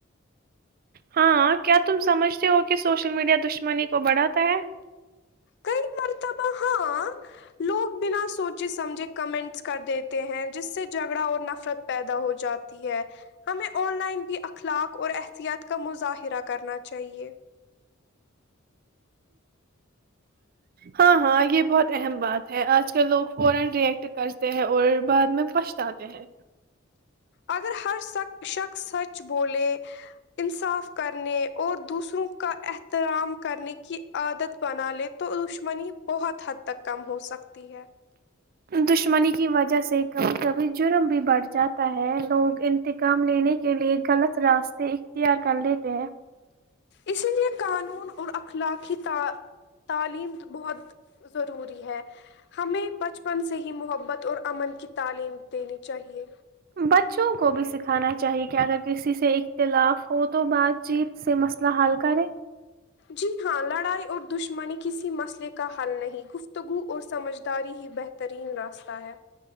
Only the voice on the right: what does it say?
ہاں کیا تم سمجھتے ہو کہ سوشل میڈیا دشمنی کو بڑھاتا ہے
ہاں ہاں یہ بہت اہم بات ہے اج کل لوگ فورا ری ایکٹ کرتے ہیں اور بعد میں پچھتاتے ہیں
دشمنی کی وجہ سے کبھی جرم بھی بڑھ جاتا ہے لوگ انتقام لینے کے لیے غلط راستے اختیار کر لیتے ہیں
بچوں کو بھی سکھانا چاہیے کہ اگر کسی سے اختلاف ہو تو بات چیت سے مسئلہ حل کریں